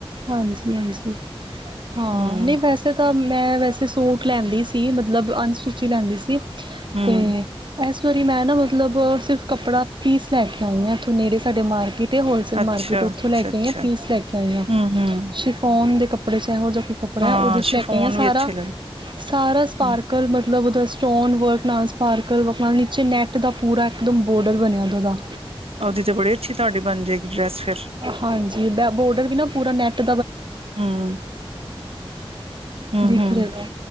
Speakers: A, on the right; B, on the right.
A: ਹਾਂਜੀ-ਹਾਂਜੀ ਹਾਂ,
B: ਹੂੰ
A: ਨਹੀਂ ਵੈਸੇ ਤਾਂ ਮੈਂ, ਵੈਸੇ ਸੂਟ ਲੈਂਦੀ ਸੀ, ਮਤਲਬ। ਮਤਲਬ, ਅਨਸਟਿਚੀ ਲੈਂਦੀ ਸੀ।
B: ਹੂੰ
A: ਤੇ ਇਸ ਵਾਰੀ ਮੈਂ ਨਾ, ਮਤਲਬ ਸਿਰਫ ਕੱਪੜਾ ਪੀਸ ਲੈ ਕੇ ਆਈ ਹਾਂ ਇੱਥੋਂ, ਨੇੜੇ ਸਾਡੇ ਮਾਰਕੀਟ। ਹੋਲਸੇਲ
B: ਅੱਛਾ
A: ਮਾਰਕੀਟ, ਉੱਥੋਂ
B: ਅੱਛਾ
A: ਲੈ ਕੇ
B: ਅੱਛਾ
A: ਆਈਆਂ, ਪੀਸ ਲੈ ਕੇ ਆਈਆਂ।
B: ਹੂੰ ਹੂੰ
A: ਸ਼ਿਫੋਨ ਦੇ ਕੱਪੜੇ। ਕੱਪੜੇ ਔਹੇ ਜਿਹਾ, ਕੱਪੜਾ
B: ਹਾਂ
A: ਹੈ ਉਹਦੇ ਚ,
B: ਸ਼ਿਫੋਨ
A: ਲੈ ਕੇ ਆਈਆਂ ਸਾਰਾ,
B: ਵੀ ਅੱਛੇ ਲੱਗਦੇ
A: ਸਾਰਾ ਸਪਾਰਕਲ
B: ਹੂੰ,
A: ਮਤਲਬ ਉਹਦਾ। ਸਟੋਨ ਵਰਕ ਨਾਲ, ਸਪਾਰਕਲ ਵਰਕ ਨਾਲ, ਨੀਚੇ ਨੈੱਟ ਦਾ ਪੂਰਾ ਇੱਕਦਮ ਬੋਡਰ ਬਣਿਆ ਉਹਦਾ।
B: ਉਹਦੀ ਤਾਂ ਬੜੀ ਅੱਛੀ, ਤੁਹਾਡੀ ਬਣ ਜਾਏਗੀ ਡਰੈੱਸ ਫਿਰ।
A: ਹਾਂਜੀ ਬ ਬੋਰਡਰ ਵੀ ਨਾ ਪੂਰਾ ਨੈਟ।
B: ਹੂੰ ਹੂੰ
A: ਦਿਖ
B: ਹੂੰ
A: ਰਹੇ